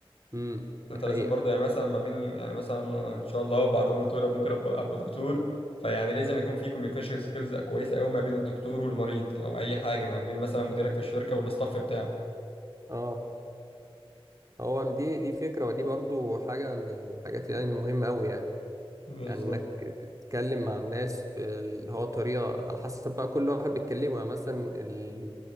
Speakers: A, on the right; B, on the left.
A: امم دي
B: انت
A: حقيقة
B: لازم برضو يعني مثلا ما بين يعني مثلا ان شاء الله بعد عمر طويل ممكن ابقى أبقى دكتور فيعني لازم يكون في communication skills كويسة قوي ما بين الدكتور والمريض او اي حاجة ما بين مثلا مديرك في الشركة والاستاف بتاعه
A: اه هو دي دي فكرة ودي برضو حاجة من الحاجات يعني المهمة قوي يعني
B: بالظبط
A: يعني انك تتكلم مع الناس اللي هو طريقة على حسب بقى كل واحد بيتكلمه يعني مثلا ال...